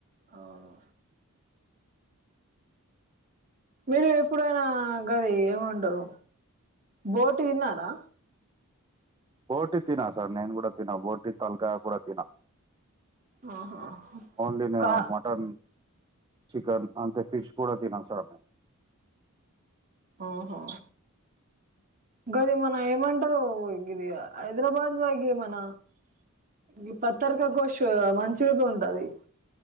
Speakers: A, on the right; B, on the right.
A: అవును మీరు ఎప్పుడైనా గది ఏమంటారు బోటి తిన్నారా
B: బోటి తినా సార్ నేను కూడా తినా బోటి తల్కాయ్ కూర తినా
A: ఆహా
B: ఓన్లీ నేను
A: కా
B: మటన్ చికెన్ అంతే ఫిష్ కూడా తినా సార్ మేం
A: ఆహా గది మన ఏమంటారు ఇగ్ ఇదియా హైదరాబాద్ బైకి మన ఈ పత్తరికా గోష్ మంచిగైతే ఉంటది